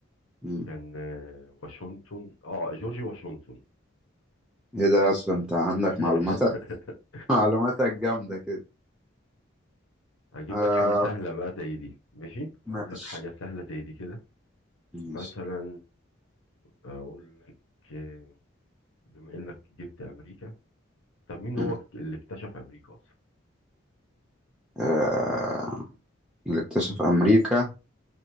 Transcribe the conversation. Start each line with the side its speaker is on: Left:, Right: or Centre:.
Centre: مم.
Left: كان آه، واشنطن اه جورج واشنطن
Centre: ايه ده اصلا انت عندك
Left: <laughs>
Centre: معلوماتك <laughs> معلوماتك جامدة كده
Left: هجيب
Centre: آه
Left: لك حاجة سهلة بقى زي دي ماشي هقول
Centre: ماشي
Left: لك حاجة سهلة زي دي كده
Centre: ماشي
Left: مثلا اقول لك آه، بما انك جبت امريكا طب مين
Centre: مم.
Left: هو اللي اكتشف امريكا اصلا
Centre: آه اللي اكتشف امريكا